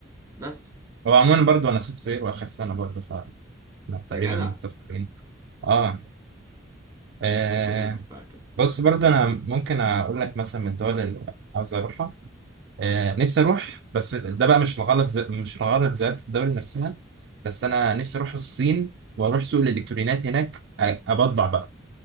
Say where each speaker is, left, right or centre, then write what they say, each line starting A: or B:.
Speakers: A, on the right; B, on the right.
A: بس
B: هو عموما برضه انا سوفت وير واخر سنه برضه فاحنا تقريبا
A: يا جدع
B: متفقين آه. اه
A: ربنا يوفقك يا رب.
B: بص برضه انا ممكن اقول لك مثلا من الدول اللي عاوز اروحها آه. نفسي اروح بس ده بقى مش الغلط ز... مش الغرض زيارة الدولة نفسها بس انا نفسي اروح الصين واروح سوق الالكترونيات هناك أ- ابضع بقى